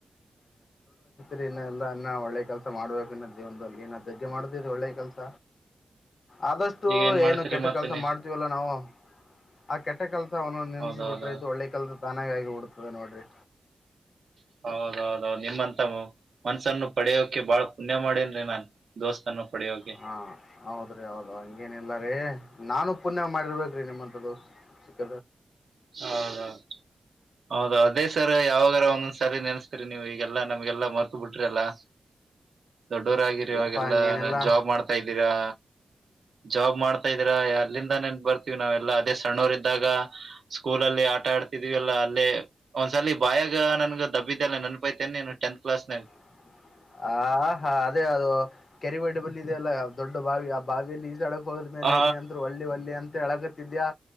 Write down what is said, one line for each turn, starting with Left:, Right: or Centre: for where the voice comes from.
Left: ರಿ ಇನ್ನಲ್ಲ ಇನ್ನ ಒಳ್ಳೆ ಕೆಲಸ ಮಾಡ್ಬೇಕು ಇನ್ನ ಜೀವನದಲ್ಲಿ ಇನ್ನ ಧಗ್ಗೆ ಮಾಡದಿದ ಒಳ್ಳೆ ಕೆಲ್ಸ ಆದಷ್ಟು
Right: ಈಗ ಏನ್ ಮಾಡ್ತೀರಿ
Left: ಏನು ಕೆಟ್ಟ
Right: ಮತ್ತ
Left: ಕೆಲ್ಸ
Right: ನೀ
Left: ಮಾಡ್ತೀವಲ್ಲ ನಾವು ಆ ಕೆಟ್ಟ ಕೆಲ್ಸ ಒ್ನೊಂದ ನಿನ್ಸ
Right: ಹೌದೌದೌದ್
Left: ಬಿಟ್ರಿಯ್ು ಒಳ್ಳೆ ಕೆಲ್ಸ ತಾನಾಗ ಆಗಿಬ ಬಿಡ್ತದೆ ನೋಡ್ರಿ
Right: ಹೌದೌದೌದು ನಿಮ್ಮಂತ ಮನ್ಸನ್ನು ಪಡೆಯೋಕೆ ಬಾಳ್ ಪುಣ್ಯ ಮಾಡೇನ್ರಿ ನಾನ್ ದೋಸ್ತನ್ನು ಪಡೆಯೋಕೆ
Left: ಹಾ ಹೌದ್ರಿ ಹೌದು ಹಂಗೇನಿಲ್ಲಾರೀ ನಾನು ಪುಣ್ಯ ಮಾಡಿರ್ಬೇಕೇ್ರಿ ನಿಮ್ಮಂತದ್ದು ಸಿಕ್ಕ
Right: ಹೌದೌದು ಹೌದ ಅದೇ ಸರ್ ಯಾವಾಗಾರ ಒಂದೊಂದ್ ಸ್ಯಾಲ ನೆನೆಸ್ತರಿ ನೀವವು ಈಗೆಲ್ಲಾ ನಮ್ಗೆಲ್ಲಾ ಮರ್ತ ಬಿಟ್ರಿ ಅಲ್ಲ ದೊಡ್ಡೋರ ಆಗಿರಿ
Left: ಇಲ್ಲಪ್ಪಾ
Right: ಇವಾಗೆಲ್ಲ
Left: ಹಂಗೇನಿಲ್ಲ
Right: ಜಾಬ್ ಮಾಡ್ತಾ ಇದ್ದೀರಾ ಜಾಬ್ ಮಾಡ್ತಾ ಇದೀ್ರ ಅಲ್ಲಿಂದ ನೆನ್ ಬರ್ತೀವಿ ನಾವೆಲ್ಲಾ ಅದೇ ಸಣ್ಣವರ್ ಇದ್ದಾಗ ಸ್ಕೂಲಲ್ಲಿ ಆ ಆಟ ಆಡ್ತಿದೀವಲ್ಲ ಅಲ್ಲ ಒಂದ್ಸಲಿ ಬಾಯಾಗ ನನ್ಗ ದಬ್ಬಿದ್ದಲ್ಲ ನನ್ಪೈತೇನೆಿ ಟೆಂತ್ ಕ್ಲಾಸ್ ನಾಗ
Left: <unintelligible> ಹ ಹಾ ಅದೇ ಅದು ಕೆರಿಬೇಂಡೆ ಬಲ್ಲಿ ಇದೆಲ್ಲ ದೊಡ್ಡ ಬಾವಿ ಆ ಬಾವಿಯಲ್ಲಿ ಈಸಾಡ ಹೋದ್ಮೇಲೆ
Right: ಹಾ
Left: ನೀಂದರೂ ಒಳ್ಳಿ ಒಳ್ಳಿ ಅಂತ ಹೇಳಗತ್ತಿದ್ಯಾಾ